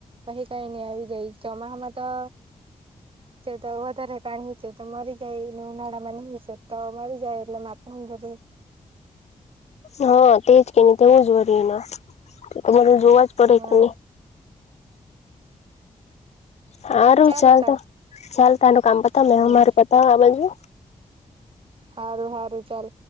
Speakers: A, on the right; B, on the left.
A: કઈ કઈ નહી આવી જાય ચોમાસામાં તો તો વધારે પાણી છે તો મરી જાયને ઉનાળા માં તો મરી જ જાય એટલે માપ ની બધી
B: હા તેજ કે ન તેવું જ હો એના અરે જોવા જ પડે
A: હા
B: કે નહી સારું
A: ચાલ
B: ચાલતો
A: તો
B: ચાલ તનું કામ કતા મે
A: હમ
B: માર પતાઉં આ બાજુ
A: સારું સારું ચાલ